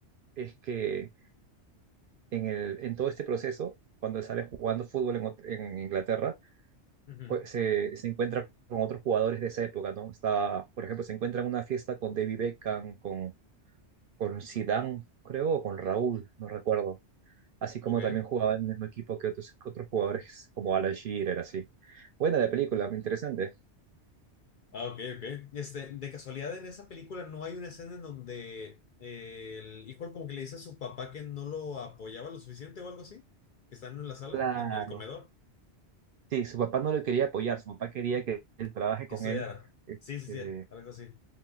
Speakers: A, on the right; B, on the left.
A: es que en, el, en todo este proceso, cuando sale jugando fútbol en, ot- en Inglaterra,
B: Ujú.
A: jue- se, se encuentra con otros jugadores de esa época, ¿no? Estaba, por ejemplo, se encuentra en una fiesta con David Beckham, con, con Zidane, creo, o con Raúl, no recuerdo así como
B: Ok.
A: también jugaba en el mismo equipo que otros, otros jugadores como Alan Shearer, así. Buena la película, muy interesante.
B: Ah, ok, ok. Este, de casualidad en esa película no hay una escena en donde eh, el hijo como que le dice a su papá que no lo apoyaba lo suficiente o algo así, que están en la sala,
A: Claro.
B: en el comedor,
A: Sí, su papá no le quería apoyar, su papá quería que él trabaje
B: que
A: con
B: estudiara.
A: él, este,
B: Sí, sí, sí, algo así.